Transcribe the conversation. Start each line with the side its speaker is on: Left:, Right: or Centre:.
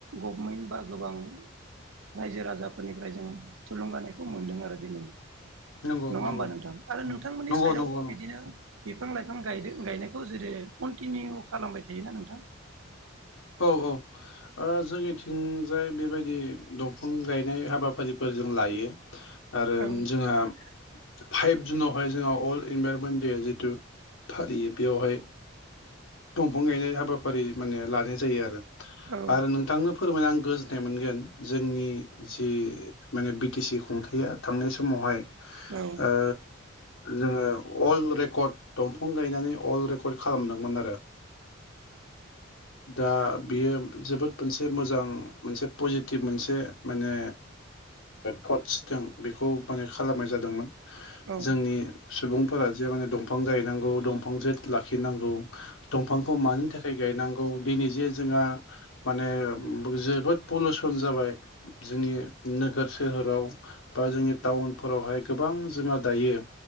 Right: गभमेन्ट बा गोबां रायजो राजाफोरनिफ्राय जों थुलुंगानायखौ मोन्दों आरो दिनै
Left: नंगौ
Right: नङा
Left: नंगौ
Right: होमबा नोंथां आरो
Left: नंगौ
Right: नोंथांमोननि
Left: नंगौ
Right: साइडआवबो
Left: नंगौ नंगौ
Right: बिदिनो बिफां लाइफां गायदों गायनायखौ जेरै कन्टिनिउ खालामबाय थायोना नोंथां
Left: औ औ ओ जोंनि थिं थिंजाय बेबायदि दंफां गायनाय हाबाफारिफोर जों लायो आरो
Right: औ
Left: जोंहा फाइभ जुनावहाय जोंहा अर्ल्ड इनभाइरमेन्ट देया जितु फालियो बेयावहाय दंफां गायनाय हाबा फारि माने लानाय जायो आरो
Right: औ
Left: आरो नोंथांनो फोरमायना आं गोजोन्नाय मोनगोन जोंनि जि माने बि टि सि खुंथाया थांनाय समावहाय
Right: औ
Left: ओ जोङो अल रेकर्ड दंफां गायनानै अल रेकर्ड खालामदोंमोन आरो दा बियो जोबोद मोनसे मोजां मोनसे पजिटिभ मोनसे माने थटस दं बेखौ माने खालामनाय जादोंमोन
Right: औ
Left: जोंनि सुबुं फोरा जे माने दंफां गायनांगौ दंफां जे लाखिनांगौ दंफांखौ मानि थाखाय गायनांगौ जे जोंहा माने जोबोद पलिउसन जाबाय जोंनि नोगोर सोहोराव बा जोंनि टाउनफोरावहाय गोबां जोंहा दायो